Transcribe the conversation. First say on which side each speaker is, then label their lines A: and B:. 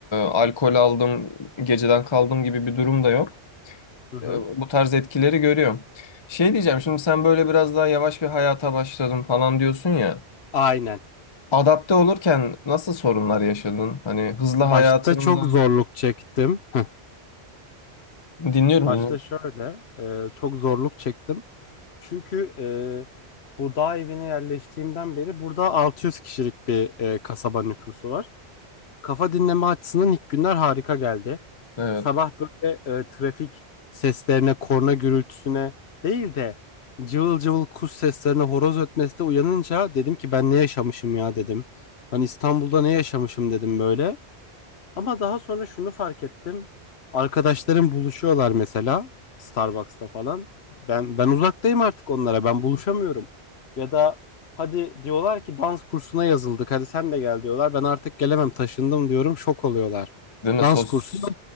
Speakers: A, on the left; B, on the left.
A: alkol aldım geceden kaldım gibi bir durum da yok.
B: Hı hı.
A: E, bu tarz etkileri görüyorum. Şey diyeceğim şimdi sen böyle biraz daha yavaş bir hayata başladım falan diyorsun ya.
B: Aynen.
A: Adapte olurken nasıl sorunlar yaşadın? Hani hızlı
B: Başta
A: hayatından
B: çok zorluk çektim. Heh.
A: dinliyorum
B: Başta
A: dinliyorum.
B: şöyle, e, çok zorluk çektim. Çünkü e, bu dağ evine yerleştiğimden beri burada 600 kişilik bir e, kasaba nüfusu var. Kafa dinleme açısından ilk günler harika geldi.
A: Evet.
B: Sabah böyle e, trafik seslerine, korna gürültüsüne değil de cıvıl cıvıl kuş seslerine, horoz ötmesine uyanınca dedim ki ben ne yaşamışım ya dedim. Hani İstanbul'da ne yaşamışım dedim böyle. Ama daha sonra şunu fark ettim. Arkadaşlarım buluşuyorlar mesela Starbucks'ta falan. Ben ben uzaktayım artık onlara. Ben buluşamıyorum. Ya da hadi diyorlar ki dans kursuna yazıldık. Hadi sen de gel diyorlar. Ben artık gelemem, taşındım diyorum. Şok oluyorlar.
A: Değil mi?
B: Dans
A: Sos...
B: kursu yok.